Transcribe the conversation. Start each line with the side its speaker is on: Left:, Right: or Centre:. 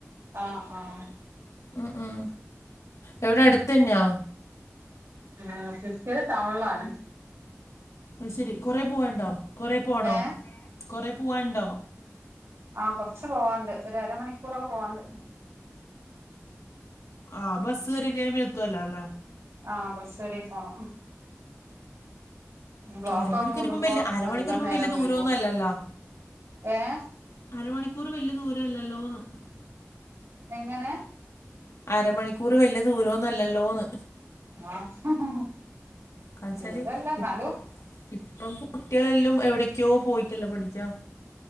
Right: ആഹ് ആഹ്
Left: ഉം ഉം എവിടെ അടുത്ത് തന്നെയൊ
Right: ഉം <unintelligible> തമിഴിലാണ്
Left: ആ ശരി കൊറേ പോവണ്ടോ കൊറേ പോണോ
Right: ഏഹ്
Left: കൊറേ പോവാനുണ്ടോ
Right: ആ കൊറച്ച് പോവാണ്ട് ഒരുഅരമണിക്കൂറൊക്കെ പോവാണ്ട്
Left: ആഹ് ബസ്സ് കേറി കഴിഞ്ഞ് എത്തുവല്ലോ അല്ലേ
Right: ആഹ ബസ് വരെ പോണം. ബ്ലോക്കൊക്കെ
Left: അരമണിക്കൂർപ്പം
Right: കൂടുമ്പോ
Left: വല് അരമണിക്കൂർ
Right: അധികം
Left: ഇപ്പ
Right: നേരം
Left: വല്യ ദൂരന്നും
Right: വൈകും
Left: അല്ലല്ലോ
Right: ഏഹ്
Left: അരമണിക്കൂർ വലിയ ദൂരല്ലല്ലോന്ന്.
Right: എങ്ങനെ
Left: അരമണിക്കൂർ വലിയ ദൂരമോന്നും അല്ലല്ലോന്ന്
Right: ആഹ് ഹ ഹ
Left: കാണിച്ചാൽ
Right: ദൂരല്ല എന്നാലും
Left: ഇപ്പം ഇപ്പം കുട്ടികളെല്ലാം എവിടക്കോ പോയിട്ടല്ലോ പഠിക്കാ-